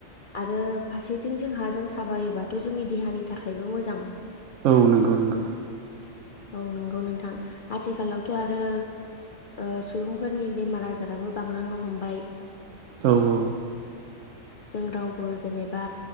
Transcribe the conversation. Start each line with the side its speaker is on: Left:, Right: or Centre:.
Left: आरो फारसेथिं जोंहा जों थाबायोबाथ जोंनि देहानि थाखायबो मोजां
Right: औ नंगौ नंगौ
Left: औ नंगौ नोंथां आथिखालावथ आरो ओ सुबुंफोरनि बेमार आजाराबो बांलांनो हमबाय
Right: औ औ
Left: जों रावबो जेनेबा